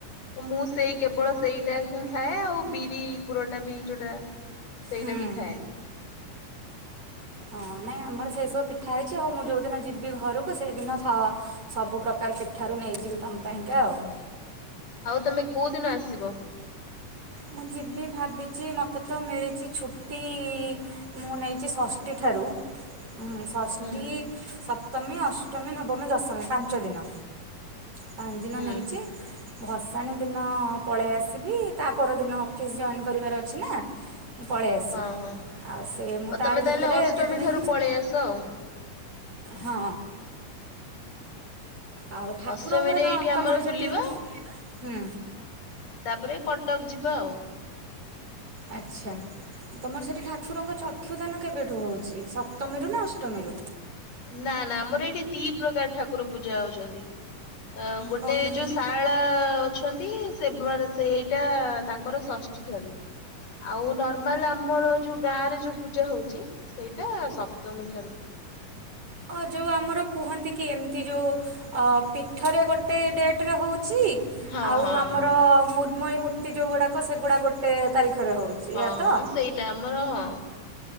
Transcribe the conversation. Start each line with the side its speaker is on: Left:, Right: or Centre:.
Left: ମୁଁ ସେଇ କେବଳ ସେଇଟା ହିଁ ଖାଏ ଆଉ ବିରି ପୁରଟା ବି ଯୋଉଟା ସେଇଟା
Right: ହୁଁ।
Left: ବି ଖାଏ।
Right: ହଁ ନାଇଁ ଆମର ସେଇ ସବୁ ପିଠା ହେଇଛି ହଉ ମୁଁ ଯୋଉଦିନ ଯିବି ଘରକୁ ସେଇଦିନ ସ ସବୁ ପ୍ରକାର ପିଠାରୁ ନେଇଯିବି ତମ ପାଇଁକା ଆଉ।
Left: ଆଉ ତମେ କୋଉ ଦିନ ଆସିବ?
Right: ମୁଁ ଯିବି ଭାବିଛି ମୋତେ ତ ମିଳିଛି ଛୁଟି ମୁଁ ନେଇଛି ଷଷ୍ଠୀ ଠାରୁ ଷଷ୍ଠୀ
Left: ହୁଁ
Right: ସପ୍ତମୀ ଅଷ୍ଟମୀ ନବମୀ ଦଶମୀ ପାଞ୍ଚ ଦିନ। ପାଞ୍ଚ ଦିନ
Left: ହୁଁ
Right: ନେଇଛି ଭସାଣି ଦିନ ପଳେଇ ଆସିବି। ତା ପରଦିନ ଅଫିସ୍ ଜଏନ୍ କରିବାର ଅଛି ନା। ପଳେଇ ଆସିବି
Left: ହଁ ହଁ
Right: ଆଉ ସେ ମୁଁ
Left: ଆଉ
Right: ତାର
Left: ତମେ
Right: ଭିତରେ
Left: ତାହେଲେ ଅଷ୍ଟମୀ
Right: ଦିଦିନି
Left: ଠାରୁ ପଳେଇ ଆସ ଆଉ।
Right: ହଁ। ଆଉ ଠାକୁରଙ୍କର
Left: ଅଷ୍ଟମୀରେ
Right: ତ
Left: ଏଇଠି
Right: ତମର
Left: ଆମର
Right: ସେଠି
Left: ବୁଲିବା।
Right: ହୁଁ
Left: ତାପରେ କଟକ ଯିବା ଆଉ।
Right: ଆଚ୍ଛା। ତମର ସେଇଠି ଠାକୁରଙ୍କ ଚକ୍ଷୁଦାନ କେବେଠୁ ହେଉଛି ସପ୍ତମୀରୁ ନା ଅଷ୍ଟମୀରୁ।
Left: ନା ନା ଆମର ଏଇଠି ଦି ପ୍ରକାର ଠାକୁର ପୂଜା ହଉଛନ୍ତି ଅ ଗୋଟେ
Right: କଣ କେମିତି?
Left: ଯୋଉ ସା ପାଳା ଅଛନ୍ତି ସେ ବ ସେଇଟା ତାଙ୍କର ଷଷ୍ଠୀ ଠାରୁ ଆଉ ନର୍ମାଲ ଆମର ଯୋଉ ଗାଁ ରେ ଯୋଉ ପୂଜା ହଉଛି ସେଇଟା ସପ୍ତମୀ ଠାରୁ
Right: ଓ ଯେଉଁ ଆମର କୁହନ୍ତି କି ଏମିତି ଯୋଉ ଅ ପୀଠରେ ଗୋଟେ ଡେଟେ ହେଉଛି।
Left: ହଁ
Right: ଆଉ
Left: ହଁ
Right: ଆମର
Left: ହଁ
Right: ମୁଦ୍ମୟୀ ମୂର୍ତ୍ତି ଯେଉଁଗୁଡ଼ାକ ସେଗୁଡ଼ାକ ଗୋଟେ ତାରିଖରେ ହେଉଛି।
Left: ହଁ
Right: ଏୟା ତ?
Left: ହଁ ସେଇଟା ଆମର ହଁ।